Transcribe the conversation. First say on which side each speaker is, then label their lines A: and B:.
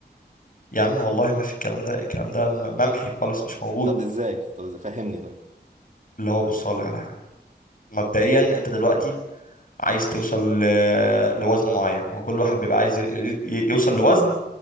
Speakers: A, on the left; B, on the right.
A: يا عم والله ما في الكلام ده الكلام ده م- ممحي خالص مش موجود
B: طب ازاي طب ازاي فهمني طيب
A: اللي هو بص اقول لك على حاجه مبدئيا انت دلوقتي عايز توصل ل- لوزن معين ما هو كل واحد بيبقى عايز ي- ي- يوصل لوزن